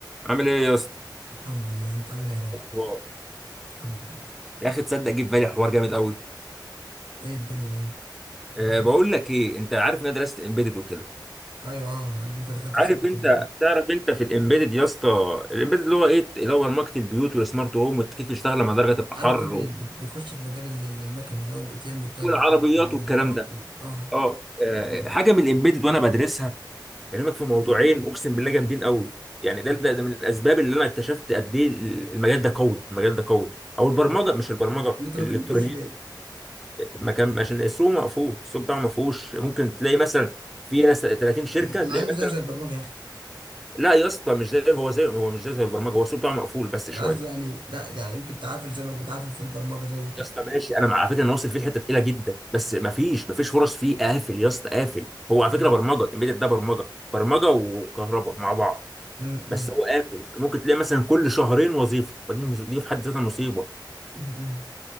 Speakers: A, in the centre; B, on the right (about 80°).
A: عامل ايه يا اسطى
B: الحمد لله انت عامل ايه يا رايق
A: هو-
B: الحمد لله
A: يا اخي تصدق جه في بالي حوار جامد قوي
B: ايه الدنيا ايه
A: أه بقول لك ايه انت عارف ان انا درست امبيدد وكده
B: ايوه اه انا عارف انت دخلت
A: عارف
B: في سكه
A: انت
B: البرمجه
A: تعرف انت في الامبيدد يا اسطى الامبيدد اللي هو ايه اللي هو برمجه البيوت والسمارت هوم وكيف تشتغل لما الدرجه تبقى
B: انا
A: حر
B: عارف ان هو بي-
A: و-
B: بت- بيخش في مجال ال- ال- المكن اللي هو الاي تي ام بتاع
A: والعربيات
B: البنوك والعربيات
A: والكلام ده
B: وال... اه
A: اه آه، حاجه من الامبيدد وانا بدرسها كلامك في موضوعين اقسم بالله جامدين قوي يعني ده,
B: م-
A: ده ده من الاسباب اللي انا اكتشفت قد ايه المجال ده قوي المجال ده قوي او البرمجه
B: م.
A: مش البرمجه
B: انت ما
A: الالكترونيات
B: كملتوش ليه <clears throat>
A: ما كان عشان السوق مقفول السوق بتاعه ما فيهوش ممكن تلاقي مثلا في ناس 30 شركه
B: مع
A: تلاقي
B: انه
A: مثلا
B: زي زي البرمجه يا اخي
A: لا يا اسطى مش زي هو زي هو مش زي زي البرمجه هو السوق بتاعه مقفول بس شويه
B: انا قصدي يعني لا يعني يمكن تعافر زي ما بتعافر في البرمجه زيه كده
A: يا اسطى ماشي انا مع على فكره انا واصل فيه لحته تقيله جدا بس ما فيش ما فيش فرص فيه قافل يا اسطى قافل هو على
B: م-
A: فكره برمجه embedded ده برمجه برمجه وكهرباء مع بعض
B: م-
A: بس
B: م-
A: هو قافل ممكن تلاقي مثلا كل شهرين وظيفه فدي مز- دي في حد ذاتها مصيبه
B: م.